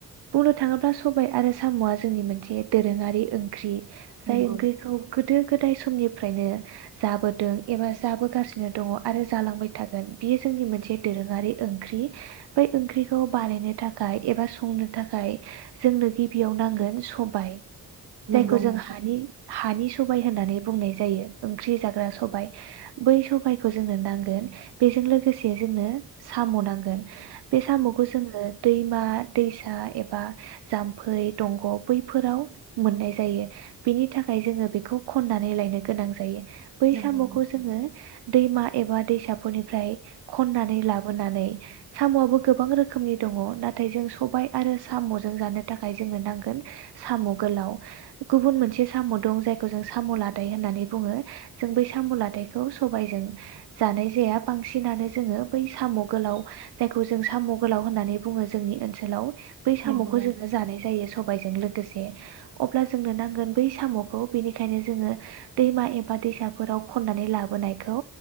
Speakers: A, on the right; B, on the right.
A: बुंनो थाङोब्ला सबाय आरो साम'आ जोंनि मोनसे दोरोङारि ओंख्रि। जाय
B: नंगौ
A: ओंख्रिखौ
B: नोंथां
A: गोदो गोदाय समनि फ्रायनो। जाबोदों एबा जाबोगासिनो दङ आरो जालांबाय थागोन बियो जोंनि मोनसे दोरोङारि ओंख्रि बै ओंख्रिखौ बानायनो था खाय एबा संनो थाखाय जोंनो गिबियाव नांगोन सबाय
B: नंगौ
A: जायखौ जों
B: नोंथां
A: हानि हानि सबाय होननानै बुंनाय जायो ओंख्रि जाग्रा सबाय बै सबायखौ जोंनो नांगोन बेजों लोगोसे जोंनो साम' नांगोन बे साम'खौ जोङो दैमा दैसा एबा जाम्फै दंग' बैफोराव मोननाय जायो बेनि थाखाय जोङो बेखौ खन्नानै लायनो गोनां जायो
B: नंगौ
A: बै साम'खौ
B: नोंथां
A: जोङो दैमा एबा दैसाफोरनिफ्राय खननानै लाबोनानै साम'आबो गोबां रोखोमनि दङ नाथाय जों सबाय आरो साम'जों जानो थाखाय जोंनो नांगोन साम' गोलाव गुबुन मोनसे साम' दं जायखौ जों साम' लादाय होननानै बुङो जों बै साम' लादायखौ सबायजों जानाय जाया बांसिनानो जोङो बै साम' गोलाव जायखौ जों साम' गोलाव होननानै बुङो जोंनि ओनसोलाव बै साम'खौ
B: नंगौ नोंथां
A: जोङो जानाय जायो सबायजों लोगो गोसे अब्ला जोंनो नांगोन बै साम'खौ बेनिखायनो जोङो दैमा एबा दैसाफोराव खननानै लाबोनायखौ